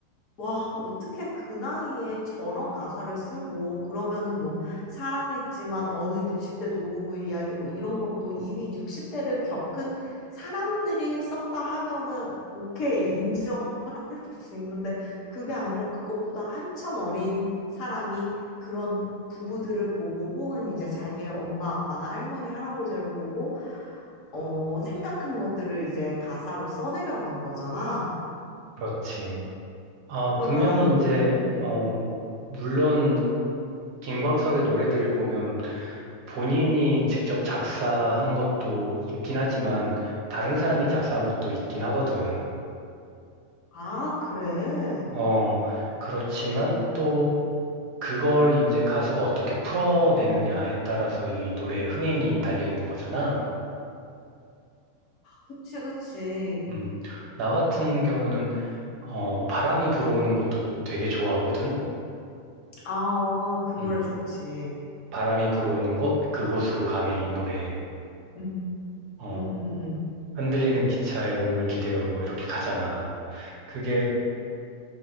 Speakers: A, on the left; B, on the right.
A: 와, 어떻게 그 나이에 저런 가사를 쓰고, 그러면은 뭐, 사랑했지만 어느 60대 노부부 이야기 뭐 이런 것도 이미 60대를 겪은 사람들이 썼다 하면은, 오케이, 인정할 수 있는데, 그게 아니라 그것보다 한참 어린 사람이 그런 부부들을 보고, 혹은 이제 자기의 엄마, 아빠나 할머니, 할아버지를 보고, 어, 생각한 것들을 이제 가사로 써내려간 거잖아.
B: 그렇지. 아,
A: 그러니까
B: 분명히
A: 나는,
B: 이제,
A: 음,
B: 어, 물론 김광석의 노래들을 보면 본인이 직접 작사한 것도 있긴 하지만 다른 사람이 작사한 것도 있긴 하거든.
A: 아, 그래.
B: 어, 그렇지만 또 그걸 이제 가수가 어떻게 풀어내느냐에 따라서 이 노래의 흥행이 달려 있는 거잖아.
A: 그치, 그치.
B: 음, 나 같은 경우는 어, 바람이 불어오는 것도 되게 좋아하거든.
A: 아, 어, 그 노래
B: 음,
A: 좋지.
B: 바람이 불어오는 곳 그곳으로 가네 이 노래.
A: 응
B: 어,
A: 응 응 응
B: 흔들리는 기차에 몸을 기대어 뭐 이렇게 가잖아. 그게